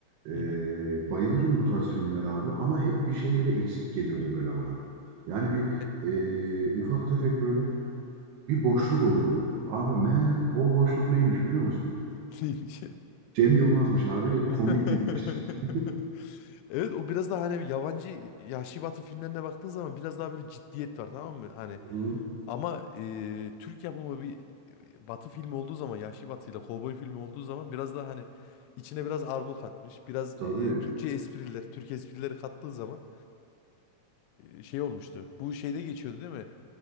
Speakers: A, on the right; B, on the left.
A: Ee,
B: Hı hı.
A: bayılırım bu tarz filmlere abi ama hep bir şeyleri eksik geliyordu böyle bana. Yani bir
B: Me-
A: ee, ufak tefek böyle bir boşluk oluyordu. Abi meğer o boşluk neymiş biliyor musun?
B: <laughs> neymiş ya?
A: Cem Yılmaz'mış abi
B: <laughs>
A: komiklikmiş. <laughs>
B: Evet o biraz daha hani yabancı Vahşi Batı filmlerine baktığın zaman biraz daha böyle ciddiyet var tamam mı? Hani
A: Hı,
B: Ama e, Türk yapımı bir e, Batı filmi olduğu zaman, Yahşi Batı ile Kovboy filmi olduğu zaman biraz daha hani içine biraz argo katmış, biraz
A: tabii.
B: e, Türkçe espriler, Türk esprileri kattığı zaman e, şey olmuştu. Bu şeyde geçiyordu değil mi?